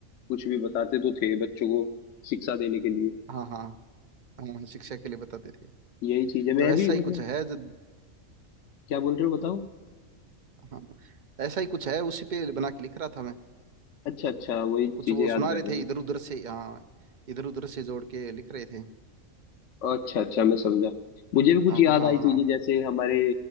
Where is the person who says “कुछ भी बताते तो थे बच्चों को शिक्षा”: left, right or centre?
Left